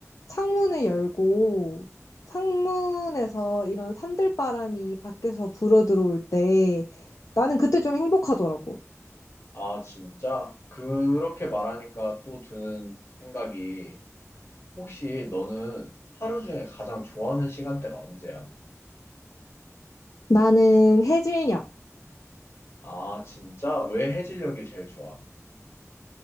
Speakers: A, on the left; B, on the left.
A: 창문을 열고 창문에서 이런 산들바람이 밖에서 불어 들어올 때 나는 그때 좀 행복하더라고.
B: 아, 진짜? 그렇게 말하니까 또 드는 생각이 혹시 너는 하루 중에 가장 좋아하는 시간대가 언제야?
A: 나는 해질녘
B: 아, 진짜? 왜 해질녘이 제일 좋아?